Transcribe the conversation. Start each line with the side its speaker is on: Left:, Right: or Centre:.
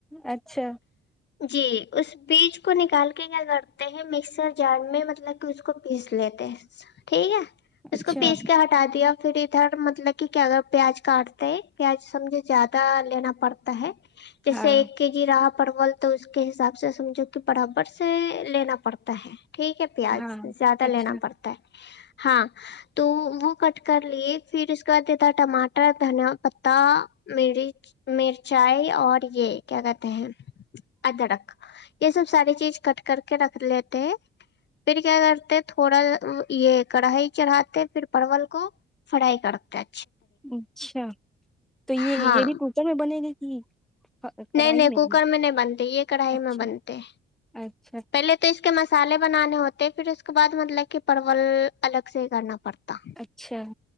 Centre: اچھا
Left: جی اس بیج کو نکال کے کیا کرتے ہیں مکسر جارڈ میں ملب اس کو پیس لیتے ٹھیک ہے اس
Centre: اچھا
Left: کو پیس کے ہٹا دیا پھر ادھر مطلب کہ کیا اگر پیاز کاٹتے ہیں پیاز سمجھے زیادہ لینا پڑتا ہے جسے
Centre: ہاں
Left: ایک جی رات پرول تو اس کے حساب سے سمجھو کہ برابر سے لینا پڑتا ہے ٹھیک پیاز
Centre: ہاں
Left: زیادہ لینا
Centre: اچھا
Left: پڑتا ہے ہاں تو وہ کٹ کر لیے پھر اس کے بعد یہ تھا ٹماٹر دھنیا پتا مچ مرچائی اور یہ کیا کہتے ہیں ادڑک یہ سب ساری چیز کٹ کر کے رکھ لیتے ہیں پھر کیا کرتے تھوڑا یہ کڑھائی چڑھاتے پھر پرول کو فرائی کرتے ہیں
Centre: اچھا تو یہ
Left: ہاں
Centre: یہ بھی کرچر میں بنے گی کہ کڑاہی
Left: نہیں نہیں کوکر
Centre: بنے
Left: میں نہیں بنتے یہ کڑھائی
Centre: اچھا
Left: میں بنتے
Centre: اچھا
Left: پہلے تو اس کے مسالے بنانے ہوتے پھر اس کے بعد مطلب کہ پرول الگ سے ہی کرنا پڑتا
Centre: اچھا